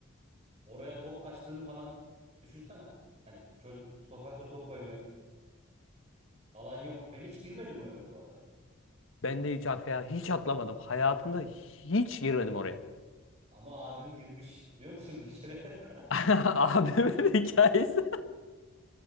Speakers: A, on the right; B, on the left.
A: oraya top kaçtığını falan düşünsene. Hani çocuk, sokakta top oynuyoruz. Alan yok. Ben hiç girmedim o eve bu arada.
B: Ben de hiç arkaya hiç atlamadım. Hayatımda hiç girmedim oraya.
A: Ama abim girmiş biliyor musun bir kere?
B: <laughs> Abimin hikayesi.